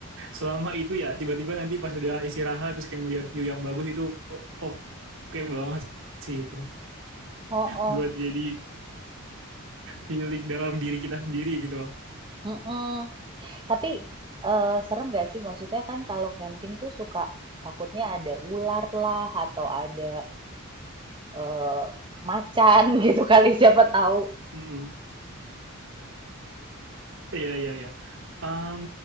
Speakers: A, on the right; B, on the right.
A: selama itu ya tiba-tiba nanti pas udah istirahat terus kayak ngeliat view yang bagus itu oke okay banget sih itu
B: Oh, oh.
A: buat jadi healing dalam diri kita sendiri gitu loh.
B: Mm-mm. Tapi, eee, serem nggak sih? Maksudnya kan kalau camping tuh suka takutnya ada ular lah atau ada, eee, macan <laughs> gitu kali siapa tahu.
A: Mm-mm. Iya iya iya. Um,